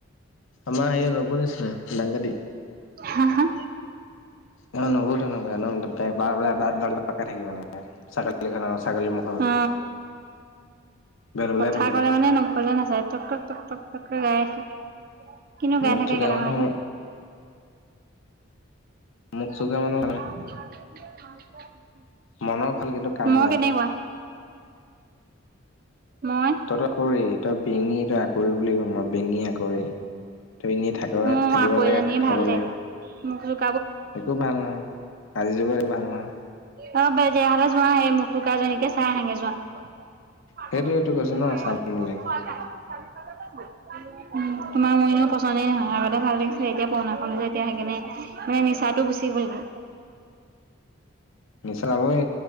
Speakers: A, on the left; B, on the right.
A: আমাৰ সেই ল'ব নিচিনা, দাংকাটি।
B: হা? হা?
A: আমাৰ‌ নবৌও তেনেকুৱা। একদম তাই ব্লা! ব্লা! ব্লা! ব্লাকে থাকিব। ছাগলীটোৰ অ', ছাগলী মুখৰ গতে।
B: অ
A: বেল‌ বেলাই
B: কথা
A: থাকে।
B: ক'লে মানে নখলে নাচায় টক টক টক টক টক টকায়ে থাকে। কিনো গাই
A: মুখ
B: থাকে,
A: চুকা
B: একেটা
A: মানুহ
B: কথাকে! <unintelligible>
A: মুখ চুকা মানুহ মনৰ ভাল কিন্তু কাম
B: মই
A: নাই
B: কেনেকুৱা? মই
A: তই ত আকৰী, তই বেঙি, তই আকৰি বুলি কও মই। বঙি আকৰি। তই এনেই থাক,
B: মোৰ
A: থাকিব
B: আকৌজনী
A: লাগে। খাব
B: ভাল দে
A: লাগে।
B: <unintelligible>
A: একো ভাল নহয়, আজিৰ যুগত ভাল নহয়। অ'হ!
B: অ বাটিইয়া হ'লে চোৱা। সেই মুখ চোকাজনীকে চাই আহাগে যোৱা। <unintelligible>
A: সেইটোৱেতো কৈছো ন চাম বুলি
B: উম তোমাৰ মই এনেও পচন্দই নহয়। আগতে ভাল দেখিছিলি এতিয়া পুৰণা হলো যে, এতিয়া, সেইকাৰণে মানে, নিচাটো গুচি গ'লগৈ।
A: নিশ্চয় যাবই